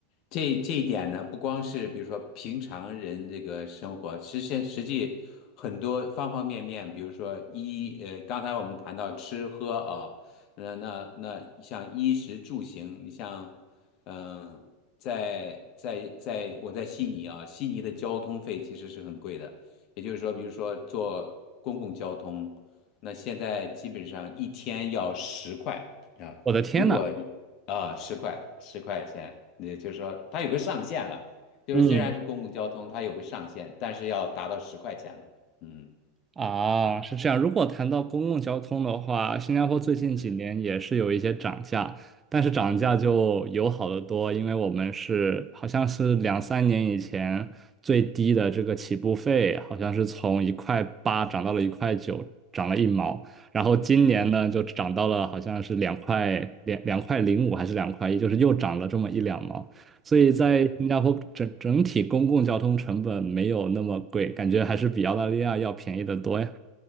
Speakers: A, on the left; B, on the right.
A: 这这一点呢，不光是比如说平常人这个生活，实现实际很多方方面面，比如说衣，呃，刚才我们谈到吃喝啊、那那那像衣食住行，你像，嗯、在在在我在悉尼啊，悉尼的交通费其实是很贵的，也就是说，比如说坐公共交通，那现在基本上一天要十块啊。
B: 我的天呐，
A: 如果你啊，十块，十块钱，也就是说它有个上限了，就是虽然是公共交通，
B: 嗯，
A: 它有个上限，但是要达到十块钱了。嗯
B: 啊，是这样。如果谈到公共交通的话，新加坡最近几年也是有一些涨价，
A: 嗯
B: 但是涨价就友好的多，
A: 嗯
B: 因为我们是好像是两三年以前最低的这个起步费，好像是从一块八涨到了一块九，涨了一毛。然后今年呢，
A: 嗯，
B: 就涨到了好像是两块两两块零五还是两块一，就是又涨了这么一两毛。所以在新加坡整整体公共交通成本没有那么贵，
A: 对，
B: 感觉还是比澳大利亚要便宜的多呀。